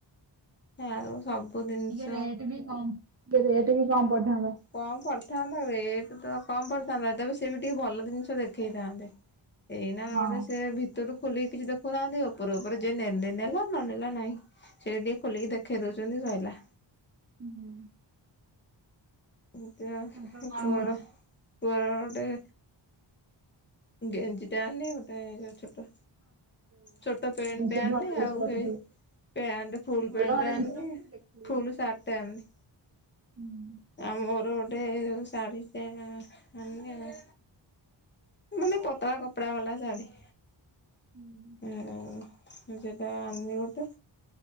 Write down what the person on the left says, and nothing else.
ହେଁ ଆଉ ସବୁ ଜିନିଷ
କମ ପଡିଥାନ୍ତା ରେଟ ତ କମ ପଡିଥାନ୍ତା ତେବେ ସେ ବି ଟିକେ ଭଲ ଜିନିଷ ଦେଖେଇଥାନ୍ତେ। ଏଇନା ଗୋଟେ
ସେ ଭିତରୁ ଖୋଲିକି କିଛି ଦେଖଉନାହାନ୍ତି ଉପରୁ ଉପରେ ଯିଏ ନେଲେ ନେଲା ନନେଲା ନାହିଁ। ସେ ଟିକେ ଖୋଲିକି ଦେଖେଇ ଦଉଛନ୍ତି ସଇଲା।
<unintelligible>
ପୁଅର
ପୁଅର ଗୋଟେ ଗେଞ୍ଜି ଟା ଆଣିବୁ। ଏ ଯୋଉ ଛୋଟ, ଛୋଟ ପେଣ୍ଟ
ଟେ ଆଣନି
ଆଉ
ହେଇ ପ୍ୟାଣ୍ଟ ଫୁଲ
ପେଣ୍ଟ
ଟେ ଆନିଲି
ଫୁଲ ସାର୍ଟ ଟେ ଆଣିଲି
ଆ ମୋର ଗୋଟେ ଶାଢ଼ୀ ଟେ ଆଣିନି ଆଉ ମାନେ ପତଳା କପଡ଼ା ବାଲା ଶାଢ଼ୀ
ଉ ସେଟା ଆନି ଗୋଟେ